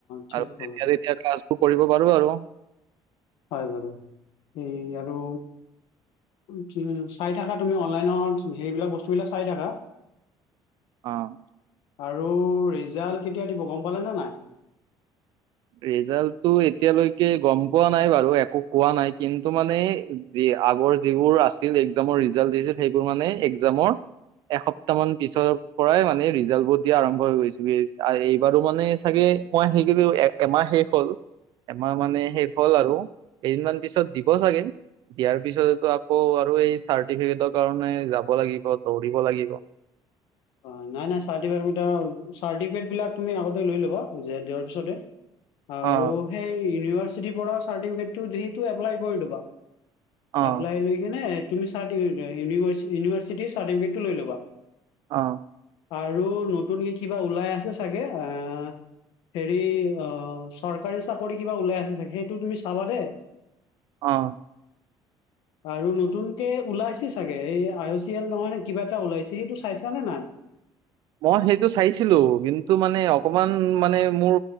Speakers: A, on the left (about 80°); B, on the right (about 60°).
A: ঠিক।
B: আৰু
A: ক'লা
B: তেতিয়া
A: দে
B: তেতিয়া ক্লাছবোৰ কৰিব পাৰো আৰু।
A: হয় বাৰু! এই আৰু চাই থাকা তুমি অনলাইনত সেইবিলাক বস্তু বিলাক চাই থাকা?
B: অঁ।
A: আৰু ৰিজাল্ট কেতিয়া দিব গম পালা নে নাই?
B: ৰিজাল্টটো এতিয়ালৈকে গম পোৱা নাই বাৰু একো কোৱা নাই কিন্তু মানে দি আগৰ যিবোৰ আছিল একজামৰ ৰিজাল্ট দিছিল সেইবোৰ মানে একজামৰ এসপ্তাহ মান পিছৰ পৰাই মানে ৰিজাল্ট বোৰ দিয়া আৰম্ভ হৈ গৈছিল এইবাৰো মানে চাগে মই হেইৰ কৰি এ এমাহ শেষ হ'ল এমাহ মানে শেষ হ'ল আৰু। কেইদিনমান পিছত দিব চাগে দিয়াৰ পিছতটো আকৌ আৰু এই চাৰ্টিফিকেটৰ কাৰণে যাব লাগিব দৌৰিব লাগিব।
A: অ নাই নাই চাৰ্টিফিকেট দুটা চাৰ্টিফিকেটবিলাক তুমি আগতে লৈ ল'বা দিয়াৰ পিছতে
B: অ
A: আৰু সেই ইউনিভাৰ্চিটিৰ পৰা চাৰ্টিফিকেটটো যি এপ্লাই কৰি দিবা।
B: অ
A: এপ্লাই লৈ কিনে তুমি ইউভাৰ্চিটিৰ চাৰ্টিফিকেটটো লৈ ল'বা।
B: অঁ
A: আৰু নতুন কিবা ওলাই আছে চাগে আহ হেৰি অ চৰকাৰী চাকৰি কিবা ওলাই আছে সেইটো তুমি চাবা দেই।
B: অ
A: আৰু নতুনকে ওলাইছে চাগে এই আই চি এল নহয় নে কিবা এটা ওলাইছে সেইটো চাইছানে নাই?
B: মই সেইটো চাইছিলো কিন্তু মানে অকমান মানে মোৰ